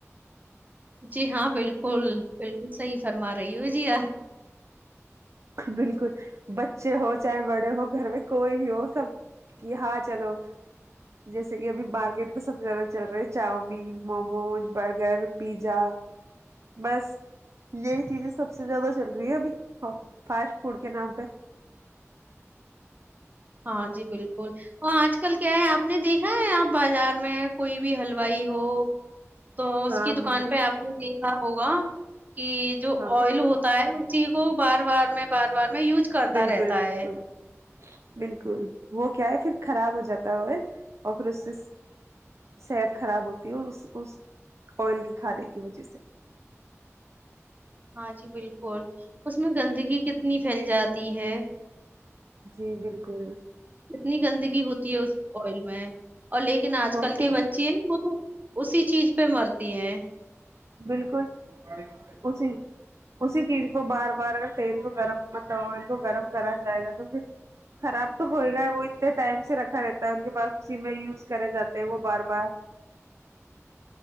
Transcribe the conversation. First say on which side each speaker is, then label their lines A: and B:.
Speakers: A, on the right; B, on the right.
A: جی ہاں بالکل بالکل صحیح فرما ریوجیا
B: بالکل بچے ہو چاہے بڑے ہو گھر میں کوئی بھی ہو سب کہ ہاں چلو جیسے کہ ابھی مارکیٹ میں سب سے زیادہ چل رہے چاؤمین موموز برگر پیزا بس یہی چیزیں سب سے زیادہ چل رہی ہے ابھیاں فاسٹ فوڈ کے نام پہ
A: ہاں جی بالکل وہ آج کل کیا ہے آپ نے دیکھا ہے آپ بازار میں کوئی بھی ہلوائی ہو تو اس
B: ہاں
A: کی دکان
B: بالکل
A: پہ آپ نے کیا ہوگا کہ جو
B: ہاں
A: آئل ہوتا ہے سیھو بار بار میں بار بار میں یوز کرتا
B: بالکل
A: رہتا ہے
B: بالکل بالکل وہ کیا ہے پھر خراب ہو جاتا ہو اور پھر اس سے صحت خراب ہوتی ہو اس اس آئل کے کھانے کی وجہ سے
A: ہاں جی بالکل اس میں گندگی کتنی پھیل جاتی ہے
B: جی بالکل
A: کتنی گندگی ہوتی ہے اس آئل میں اور لیکن آج
B: ہوتی
A: کل کے بچے ہیں وہ تو اسی چیز پہ مرتی ہیں
B: بالکل اسی اسی چیز کو بار بار اگر تیل کو گرم مطلب کو گرم کرا جائے گا تو پھر خراب تو ہوئے گا وہ اتنے ٹائم سے رکھا رہتا ہے ان کے پاس اسی میں یوز کرے جاتے ہیں وہ بار بار